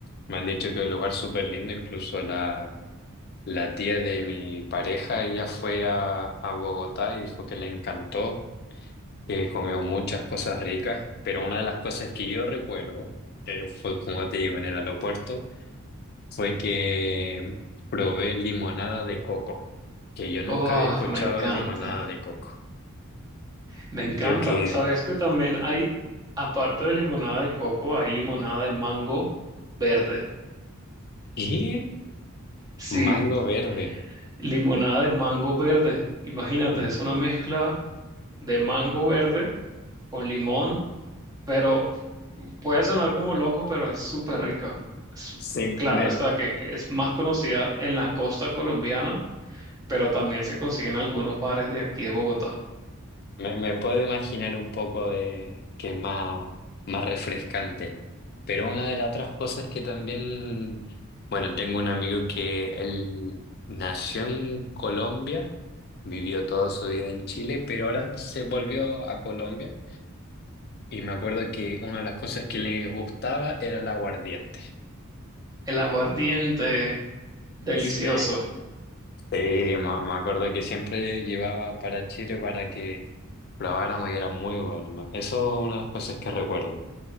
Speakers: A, on the left; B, on the right.
A: me han dicho que es un lugar súper lindo. Incluso la, la tía de mi pareja, ella fue a, a Bogotá y dijo que le encantó. que comió muchas cosas ricas, pero una de las cosas que yo recuerdo, que fue como te digo, en el aeropuerto, fue que probé limonada de coco, que yo nunca
B: Oh,
A: había escuchado
B: me encanta.
A: de limonada de coco.
B: Me encanta.
A: Y yo quedé,
B: ¿Sabes que también hay, aparte de limonada de coco, hay limonada de mango verde?
A: ¿qué?
B: Sí,
A: Mango verde.
B: limonada de mango verde. Imagínate,
A: Mm.
B: es una mezcla de mango verde con limón, pero puede sonar como loco, pero es súper rica. Es-
A: Sí,
B: claro,
A: me-
B: está que es más conocida en la costa colombiana, pero también se consigue en algunos bares de aquí de Bogotá.
A: Me, me puedo imaginar un poco de que es más, más refrescante. Pero una de las otras cosas que también, bueno, tengo un amigo que él nació en Colombia, vivió toda su vida en Chile, pero ahora se volvió a Colombia. Y me acuerdo que una de las cosas que le gustaba era el aguardiente.
B: El aguardiente, delicioso.
A: Sí, sí, me, me acuerdo que siempre llevaba para Chile para que probáramos y era muy bueno. ¿no? Eso es una de las cosas que recuerdo.